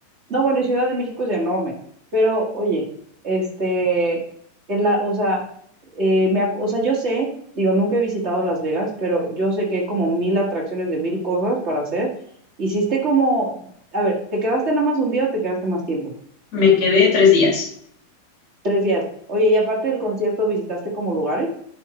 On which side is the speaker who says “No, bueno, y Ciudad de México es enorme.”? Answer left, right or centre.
Right